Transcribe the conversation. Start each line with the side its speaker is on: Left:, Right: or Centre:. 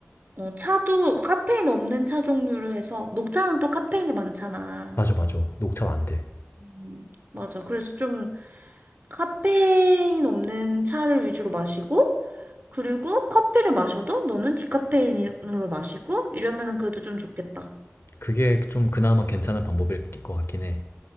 Right: 어, 차도 카페인 없는 차 종류를 해서 녹차는 또 카페인이 많잖아.
Left: 맞아, 맞아. 녹차 안 돼.
Right: 음, 맞아. 그래서 좀 카페인 없는 차를 위주로 마시고, 그리고 커피를 마셔도 너는 디카페인으로 마시고, 이러면은 그래도 좀 좋겠다.
Left: 그게 좀 그나마 괜찮은 방법일 것 같긴 해.